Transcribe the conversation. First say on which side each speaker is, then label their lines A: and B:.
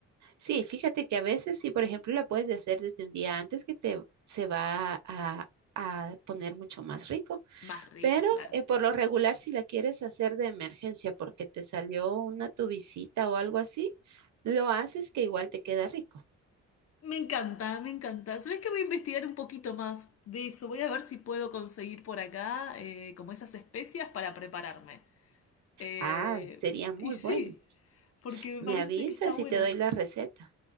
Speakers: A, on the right; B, on the left.
A: Sí, fíjate que a veces, sí, por ejemplo, la puedes de hacer desde un día antes que te se va a, a poner mucho más rico.
B: Más rica,
A: Pero
B: claro.
A: eh, por lo regular, si la quieres hacer de emergencia porque te salió una tu visita o algo así, lo haces que igual te queda rico.
B: Me encanta, me encanta. ¿Sabés que voy a investigar un poquito más de eso? Voy a ver si puedo conseguir por acá eh, como esas especias para prepararme. Eh,
A: Ah, sería muy
B: y sí,
A: bueno.
B: porque me
A: Me
B: parece
A: avisas
B: que está bueno.
A: y te doy la receta.